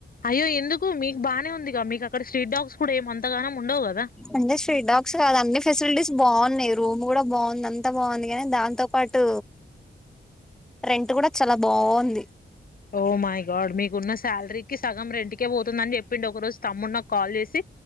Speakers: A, on the left; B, in the centre.
A: అయ్యో ఎందుకు మీకు బానే ఉందిగా మీకు అక్కడ స్ట్రీట్ డాగ్స్ కూడా ఏం అంతగానం ఉండవు కదా
B: అంటే స్ట్రీట్ డాగ్స్ కాదు అన్ని ఫెసిలిటీస్ బాగున్నాయి రూమ్ కూడా బాగుంది అంత ఎంత బాగుంది కానీ దాంతో పాటు రెంట్ కూడా చాలా బాగుంది
A: ఓ మై గాడ్ మీకున్న శాలరీకి సగం రెంటికే పోతుందని చెప్పిండు ఒక రోజు తమ్ముడు నా కాల్ చేసి